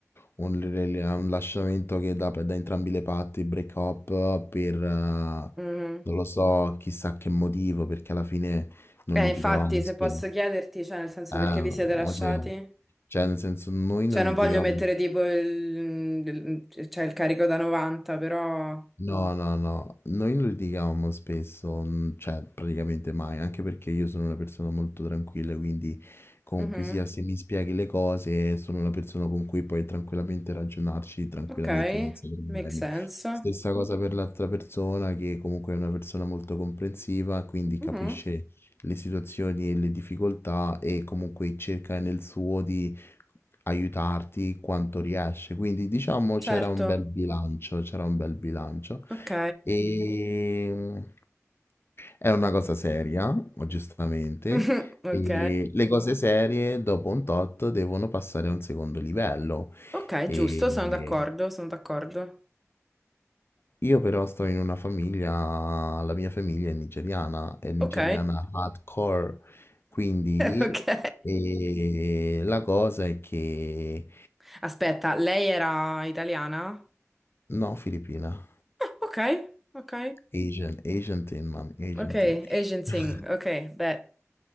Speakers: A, on the left (about 45°); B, in the centre.
A: un, rel- un lasciamento che da, da entrambi le parti, break up, per, eh,
B: Mhm.
A: non lo so, chissà che motivo, perché alla fine non
B: Eh,
A: litigavamo
B: infatti, se
A: spesso.
B: posso chiederti, cioè, nel senso,
A: Eh, no,
B: perché vi siete lasciati?
A: cioè, cioè, nel senso, noi
B: Cioè,
A: non
B: non
A: litigavamo.
B: voglio mettere tipo il, il- cioè, il carico da 90, però...
A: No, no, no, noi non litigavamo spesso, mm, cioè praticamente mai, anche perché io sono una persona molto tranquilla, quindi comunque
B: Mhm.
A: sia se mi spieghi le cose, sono una persona con cui puoi tranquillamente ragionarci, tranquillamente,
B: Ok,
A: senza problemi.
B: make sense.
A: Stessa cosa per l'altra persona, che comunque è una persona molto comprensiva, quindi
B: Mhm.
A: capisce le situazioni e le difficoltà e comunque cerca nel suo di aiutarti quanto riesce. Quindi diciamo c'era
B: Certo,
A: un bel bilancio, c'era un bel bilancio.
B: ok.
A: E è una cosa seria, giustamente,
B: <laughs> Ok,
A: e le cose serie dopo un tot devono passare a un secondo livello.
B: ok,
A: E
B: giusto, sono d'accordo, sono d'accordo.
A: io però sto in una famiglia, la mia famiglia è nigeriana, è nigeriana
B: Ok,
A: hardcore, quindi
B: <laughs> ok.
A: eh, la cosa è che
B: Aspetta, lei era italiana? Ah,
A: no, Filippina,
B: Ok, ok,
A: Asian, Asian Tin, man, Asian
B: ok,
A: Tin.
B: Asian thing,
A: <laughs>
B: ok, beh.